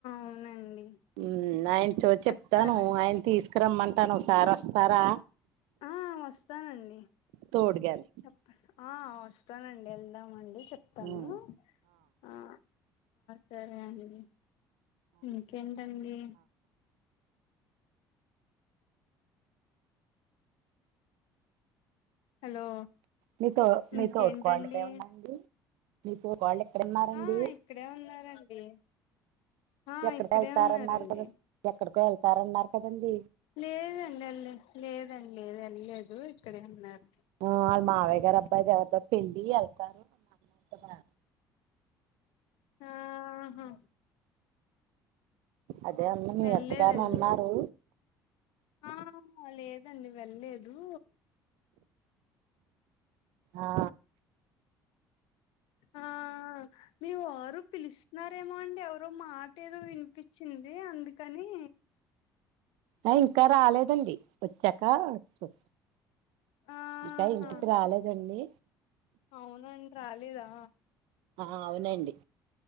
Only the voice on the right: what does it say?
ఉ ఆయన చో చెప్తాను
ఆయన తీసుకరమ్మంటాను ఒకసారి వస్తారా
తోడుగాని
ఉమ్
మీతో మీతోడు
కోడలు ఇక్కడే ఉందండి మీ వాళ్ళు ఎక్కడ ఉన్నారండి
ఎక్కడికి
వెళ్తారన్నారు
కదా ఎక్కడికో వెళ్తారన్నారు కదండి
ఆ వాళ్ళ మావయ్య గారు అబ్బాయి ది ఎవరిదో పెళ్లి వెళ్తారు కదా
అదే అన్న మీ
అత్తగారు ఉన్నారు
ఆ
ఆ ఇంకా రాలేదండి వచ్చాక చ
ఇంకా ఇంటికి రాలేదండి
ఆ అవునండి